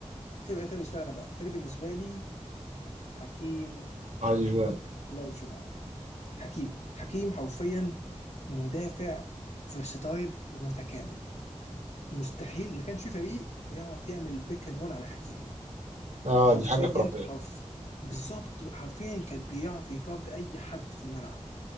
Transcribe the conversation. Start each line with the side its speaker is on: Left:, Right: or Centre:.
Left: تبقى تاني بالنسبه لي انا بقى تاني بالنسبه لي حكيم
Right: علي جوان
Left: لاجوان حكيم حكيم حرفيا مدافع فيرساتايل ومتكامل مستحيل ما كانش في فريق بيعرف يعمل بيك اند رول على حكيم
Right: آه
Left: حرفيا
Right: دي حاجة خرافية
Left: حرف بالظبط حرفيا كان بيعرف يجارد اي حد في الملعب